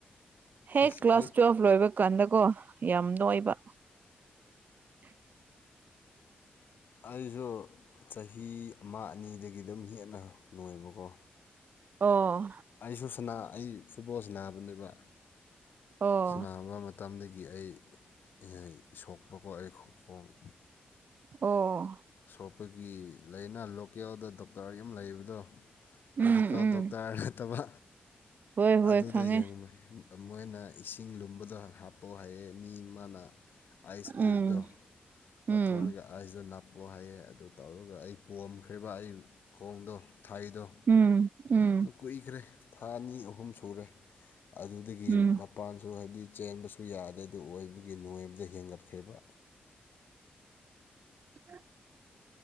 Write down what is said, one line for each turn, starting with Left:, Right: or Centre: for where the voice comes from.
Right: ꯍꯦꯛ
Left: ꯁꯦꯁ
Right: ꯀ꯭ꯂꯥꯁ
Left: ꯑꯩ
Right: ꯇꯨꯋꯦꯜꯕ ꯂꯣꯏꯕ ꯍꯧꯀꯥꯟꯗꯀꯣ ꯌꯥꯝ ꯑꯣꯏꯕ <inaudible>
Left: ꯑꯩꯁꯨ ꯆꯍꯤ ꯑꯃ ꯑꯅꯤꯗꯒꯤ ꯑꯗꯨꯝ ꯍꯦꯟꯅ ꯅꯣꯏꯣꯏꯕꯀꯣ
Right: ꯑꯣ
Left: ꯑꯩꯁꯨ ꯑꯩ ꯐꯨꯠꯕꯣꯜ ꯁꯕꯅꯦꯕ
Right: ꯑꯣ
Left: ꯁꯕ ꯃꯇꯝꯗꯒꯤ ꯒꯤ ꯑꯩ ꯁꯣꯛꯄꯀꯣ ꯑꯩꯣꯡ
Right: ꯑꯣ
Left: ꯁꯣꯛꯄꯒꯤ ꯂꯩꯅ ꯂꯣꯀꯦꯜꯗ ꯗꯣꯛꯇꯔ ꯑꯃ ꯂꯩꯕꯗꯣ ꯃꯦꯗꯤꯀꯦꯜ
Right: ꯎꯝ ꯎꯝ
Left: ꯗꯣꯛꯇꯔ ꯅꯠꯇꯕ
Right: ꯍꯣꯏ ꯍꯣꯏ
Left: ꯑꯗꯨꯗ
Right: ꯈꯪꯉꯦ
Left: ꯌꯦꯡꯕ ꯃꯣꯏꯅ ꯏꯁꯤꯡ ꯂꯨꯝꯕꯗꯣ ꯍꯥꯞꯄ ꯍꯥꯏꯌꯦ ꯃꯤ ꯃꯥꯅ ꯑꯥꯏꯁ ꯀ꯭ꯌꯨꯕꯗꯣ
Right: ꯎꯝ
Left: ꯂꯥꯊꯣꯛꯔꯒ
Right: ꯎꯝ
Left: ꯑꯥꯏꯁꯇꯣ ꯅꯥ ꯂꯥꯛꯄꯣ ꯍꯥꯏꯌꯦ ꯑꯗꯨ ꯇꯧꯔꯒ ꯑꯩ ꯄꯣꯑꯝꯈ꯭ꯔꯤꯕ ꯑꯩ ꯈꯣꯡꯗꯣ ꯊꯥꯏꯗꯣ
Right: ꯎꯝ ꯎꯝ
Left: ꯅ ꯀꯨꯏꯈ꯭ꯔꯦ ꯊꯥ ꯑꯅꯤ ꯑꯍꯨꯝ ꯁꯨꯔꯦ ꯑꯗꯨꯗꯒꯤ
Right: ꯎꯝ
Left: ꯃꯄꯥꯟꯁꯨ ꯍꯥꯏꯕꯗꯤ ꯆꯦꯟꯕꯁꯨ ꯌꯥꯗꯦ ꯑꯗꯨ ꯑꯣꯏꯕꯒꯤ ꯅꯨꯡꯉꯕꯖꯩ ꯍꯦꯟꯒꯠꯈ꯭ꯔꯤꯕ
Right: ꯑ